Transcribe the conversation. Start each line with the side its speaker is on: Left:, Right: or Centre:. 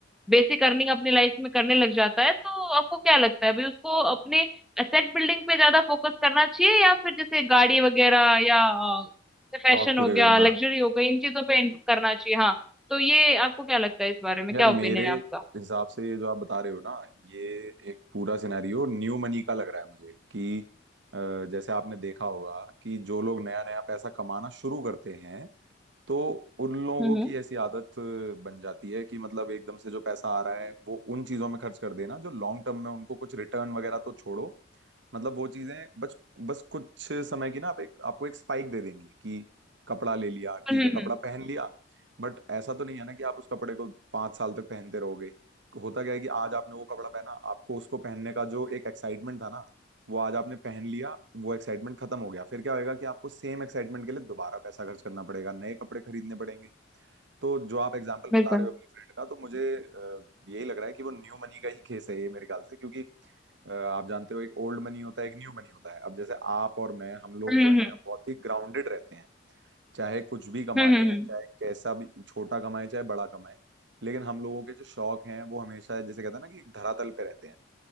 Centre: बेसिक अर्निंग अपनी लाइफ में करने लग जाता है तो आपको क्या लगता है भाई उसको अपने एसेट बिल्डिंग पे ज्यादा फोकस करना चाहिए या फिर जैसे गाड़ी वगैरह या फैशन
Right: शौक पूरे
Centre: हो गया
Right: करना
Centre: लग्जरी हो गई इन चीजों पे इन- करना चाहिए हाँ तो ये आपको क्या लगता है इस बारे में
Right: यार
Centre: क्या
Right: मेरे
Centre: ओपिनियन है आपका
Right: हिसाब से ये जो आप बता रहे हो ना ये एक पूरा सिनेरियो न्यू मनी का लग रहा है मुझे कि अ, जैसे आपने देखा होगा कि जो लोग नया नया पैसा कमाना शुरू करते हैं तो उन लोगों
Centre: हम्म
Right: की ऐसी आदत बन जाती है कि मतलब एकदम से जो पैसा आ रहा है वो उन चीजों में खर्च कर देना जो लॉन्ग टर्म में उनको कुछ रिटर्न वगैरह तो छोड़ो मतलब वो चीजें बस बस कुछ समय की ना आप एक आपको एक स्पाइक दे देंगी कि कपड़ा ले लिया ठीक
Centre: हम्म हम्म
Right: है कपड़ा पहन लिया बट ऐसा तो नहीं है ना कि आप उस कपड़े को पांच साल तक पहनते रहोगे होता क्या है कि आज आपने वो कपड़ा पहना आपको उसको पहनने का जो एक एक्साइटमेंट था ना वो आज आपने पहन लिया वो एक्साइटमेंट खत्म हो गया फिर क्या होएगा कि आपको सेम एक्साइटमेंट के लिए दोबारा पैसा खर्च करना पड़ेगा नए कपड़े खरीदने पड़ेंगे तो जो आप एग्जाम्पल
Centre: बिल्कुल
Right: बता रहे हो अपनी फ्रेंड का तो मुझे अ, यही लग रहा है कि वो न्यू मनी का ही केस है ये मेरे ख्याल से क्योंकि अ, आप जानते हो एक ओल्ड मनी होता है एक न्यू मनी होता है अब जैसे आप और मैं हम लोग
Centre: हम्म
Right: जो हैं
Centre: हम्म
Right: हम बहुत ही ग्राउंडेड रहते हैं चाहे कुछ भी कमा
Centre: हम्म
Right: लें
Centre: हम्म, हम्म,
Right: चाहे कैसा भी छोटा कमाएं चाहे बड़ा कमाएं लेकिन हम लोगों के जो शौक हैं वो हमेशा जैसे कहते हैं ना कि एक धरातल पे रहते हैं